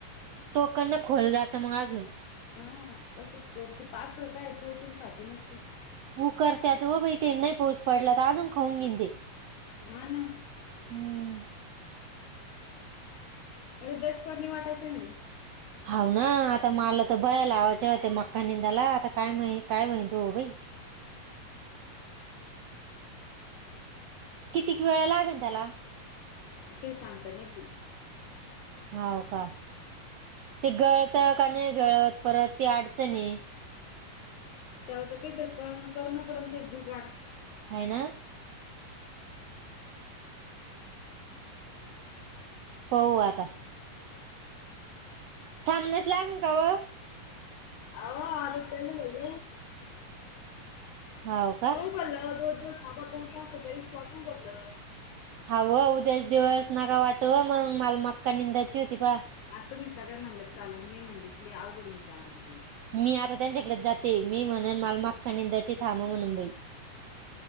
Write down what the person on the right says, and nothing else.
तोकण न खोललं जातं मग अजून.
उ कर त्याच व बाई ते नाही पोस पडला तर अजून खाऊन घेनते.
हमंम
हा ना आता मला तर बयाला आवाच्या होत्या मक्का निंदाला आता काय माहि काय माहिती हो भाई कितीक वेळा लागेल त्याला.
होाव का. ते गळत का नाही गळत परत त अडच नाही.
ह ना हो आता थांबण्यास लागून का व
होव का.
हवं उद्याच दिवस नका वाटू मग मला मक्का निंदायची होती बा.
मी आता त्यांच्याकडे जाते मी म्हणन मालमागख निंदाचे थांब मुंबई